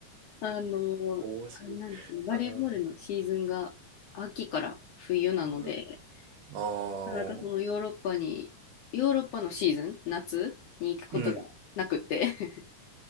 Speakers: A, on the left; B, on the right.
A: あの、
B: 面白い。
A: あれなんですね、バレーボールのシーズンが秋から冬なので、
B: ああ、うん。
A: なんかそのヨーロッパに、
B: ああ、
A: ヨーロッパのシーズン、夏に行くことがなくって
B: うん。
A: <laughs>